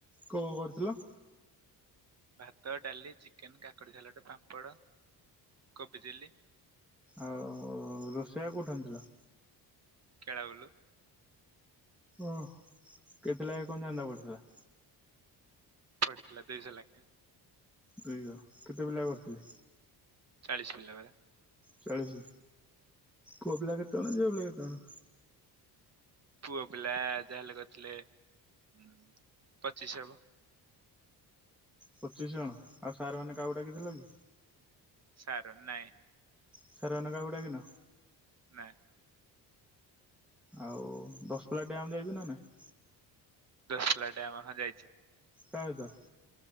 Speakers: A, in the centre; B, on the right (about 40°).
A: କଣ କରିଥିଲ?
B: ଭାତ ଡାଲି ଚିକେନ କାକଡ଼ି ସାଲଡ ପାମ୍ପଡ଼ କୋବି ଚିଲ୍ଲି।
A: ଆଉ ରୋଷେଇଆା କୋଉଠୁ ଆଣିଥିଲ?
B: କେଳଉଲୁ
A: ଓ କେତେଲାଖେ କଣ ଚାନ୍ଦା ପଡିଥିଲା?
B: ପଡ଼ିଥିଲା ଦୁଇଶହ ଲାକେ।
A: ବେୟ କେତେ ପିଲା କରିଥିଲ?
B: ଚାଳିଶ ପିଲା ଭଳିଆ।
A: ଚାଳିଶି ପୁଅ ପିଲା କେତେଜଣ ଯେ ଭ କେତେଣ <inaudible>
B: ପୁଅ ପିଲା ଯାହାହେଲେ କରିଥିଲେ ଉଁ ପଚିଶ ହବ।
A: ପଚିଶ ଜଣ? ଆଉ ସାର ମାନେ କାହାକୁ ଡାକି ଥିଲ କି?
B: ସାର ନାଇଁ।
A: ସାର୍ ମାନଂକୁ କାହାକୁ ଡ଼ାକିକିନ?
B: ନାହଁ।
A: ଆଉ ଦଶପଲ୍ଲା ଡ୍ୟାମ୍ ଯାଇଚୁ ନା ନାହିଁ?
B: ଦଶପଲ୍ଲା ଡାମ ହଁ ଯାଇଛି।
A: କା ସହିତ?